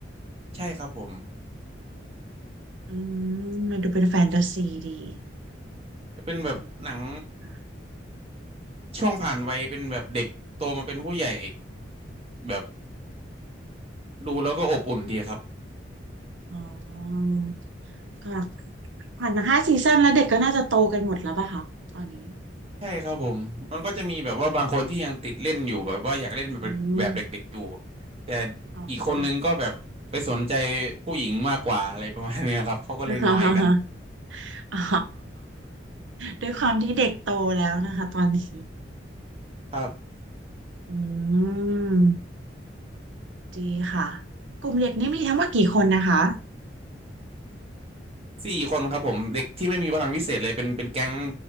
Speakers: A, on the right; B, on the right.
A: ใช่ครับผม
B: อืมมันดูเป็นแฟนตาซีดี
A: เป็นแบบหนัง
B: อืมค่ะ
A: ช่วงผ่านวัยเป็นแบบเด็กโตมาเป็นผู้ใหญ่แบบดูแล้วก็อบอุ่นดีครับ
B: อ๋อก็ผ่านมาห้าซีซั่นแล้วเด็กก็น่าจะโตกันหมดแล้วป่ะคะตอนนี้
A: ใช่ครับผม มันก็จะมีแบบว่าบางคนที่ยังติดเล่นอยู่แบบว่าอยากเล่นแบบแบบเด็กๆอยู่
B: อืม
A: แต่
B: อ๋อค่ะ
A: อีกคนนึงก็แบบไปสนใจผู้หญิงมากกว่าอะไรประมาณเนี้ยครับเขาก็เลยนอยกัน
B: <laughs> อ๋อด้วยความที่เด็กโตแล้วนะคะตอนนี้
A: ครับ
B: อืมดีค่ะกลุ่มเด็กนี่มีทั้งหมดกี่คนนะคะ
A: สี่คนครับผมเด็กที่ไม่มีพลังพิเศษเลยเป็นเป็นแก๊ง